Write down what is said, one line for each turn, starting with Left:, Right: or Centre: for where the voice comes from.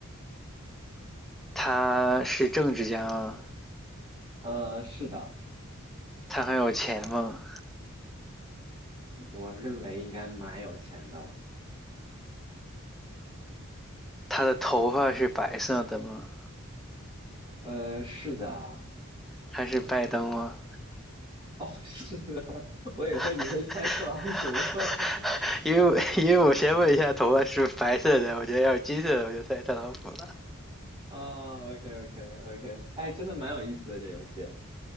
Centre: 他是政治家吗？
Right: 呃，是的，
Centre: 他很有钱吗？
Right: 我认为应该蛮有钱的。
Centre: 他的头发是白色的吗？
Right: 呃，是的，
Centre: 他是拜登吗？
Right: <laughs> 哦，是的，<laughs> 我以为你会猜特朗普。
Centre: <laughs>
Right: <laughs>
Centre: 因为因为我先问一下头发是不是白色的，我觉得要是金色的我就猜特朗普了。
Right: 哦 o k o k o k 哎，真的蛮有意思的这游戏。